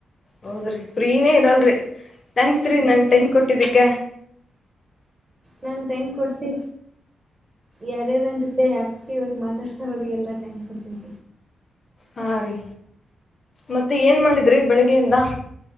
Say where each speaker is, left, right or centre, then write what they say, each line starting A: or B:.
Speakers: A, on the left (about 30°); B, on the right (about 25°).
A: ಹೌದ್ರಿ ಫ್ರೀನೇ ಇರಲ್ರರಿ ಥ್ಯಾಂಕ್ಸ್ ರೀ
B: ಇರಲ್ಲ
A: ನಂಗೆ ಟೈಮ್ ಕೊಟ್ಟಿದ್ದಿಕ
B: ನಾನ್ ಟೈಮ್ ಕೊಡ್ತ ಯಾರ್ಯಾರನ್ ಜೊತೆ ಅೇ ಆಕ್ಟಿವ್ ಆಗಿ ಮಾತಾಡ್ತಾರ ಅವರಿಗೆಲ್ಲಾ ಟೈಮ್ ಕೊಡ್ತನ
A: ಹಾ ರೀ ಮತ್ತೆ ಏನ್ ಮಾಡಿದ್ರಿ ಬೆಳಿಗ್ಗೆಯಿಂದ